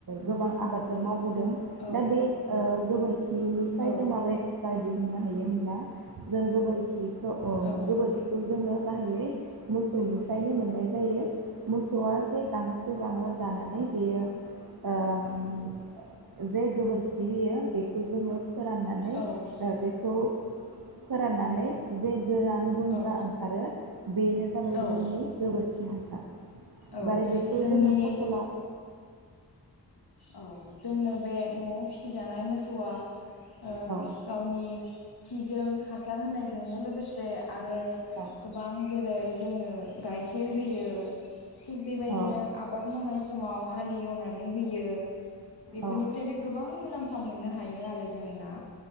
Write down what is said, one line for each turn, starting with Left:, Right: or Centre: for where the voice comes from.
Right: गोबां आबादफोर मावबोदों।
Left: औ
Right: दा बे ओ गोबोर खि खिनिफ्राय
Left: औ
Right: जों माबोरै हासा सार दिहुननो हायो होमब्ला जों गोबोरखि खिखौ
Left: औ
Right: गोबोरखिखौ जोङो गाहायै मोसौनिफ्रायनो मोननाय जायो मोसौवा जे गांसो - गांला जानानै बेयो ओ जे गोबोरखि होयो बेखौ जोङो फोराननानै
Left: औ
Right: अ बेखौ फोराननानै जे गोरान गुन्द्रा
Left: औ
Right: ओंखारो बेनो जाबाय
Left: औ
Right: जोंनि गोबोरखि हासार
Left: औ
Right: माने बेखौ
Left: जोंनि
Right: जोङो फसलाव
Left: औ जोंनो बे न'आव फिसिजानाय मोसौआ ओ
Right: औ
Left: गावनि खिजों हासार होनायजोंनो लोगोसे आरो
Right: औ
Left: गोबां जेरै जोंनो गाइखेर होयो। थिग बेबायदिनो
Right: औ
Left: आबाद मावनाय समाव हालेवनानै बियो बेफोरनिफ्रायनो
Right: औ
Left: गोबां मुलाम्फा -फा मोननो हायो आरो। जोंना